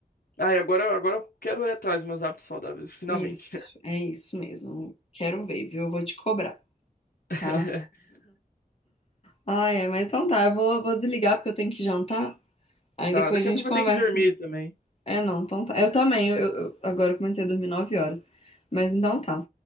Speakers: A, on the left (about 75°); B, on the left (about 40°).
A: Ah, e agora, agora eu quero ir atrás dos meus hábitos saudáveis, finalmente.
B: Isso, é isso mesmo. Quero ver, viu? Eu vou te cobrar,
A: <laughs>
B: tá? Ai, é, mas então tá, eu vou, vou desligar porque eu tenho que jantar. Aí
A: Tá,
B: depois
A: daqui
B: a gente
A: a pouco
B: conversa.
A: eu tenho que dormir também.
B: É, não, então tá. Eu também, eu, eu- agora eu comecei a dormir 9 horas. Mas então tá.